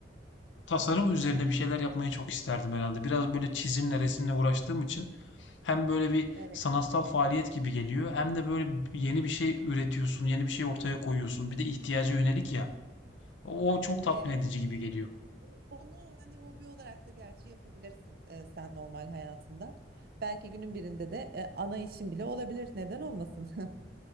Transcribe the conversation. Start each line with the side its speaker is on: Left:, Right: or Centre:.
Left: Tasarım üzerine bir şeyler yapmayı çok isterdim herhalde Biraz böyle çizimle, resimle uğraştığım için hem böyle bir
Right: Evet.
Left: sanatsal faaliyet gibi geliyor hem de böyle yeni bir şey üretiyorsun, yeni bir şey ortaya koyuyorsun. Bir de ihtiyaca yönelik ya. O çok tatmin
Right: Evet.
Left: edici gibi geliyor.
Right: Bu- Bunu hani hobi olarak da gerçi yapabilirsin e, sen normal hayatında. Belki günün birinde de e, ana işin bile olabilir. Neden olmasın? <laughs>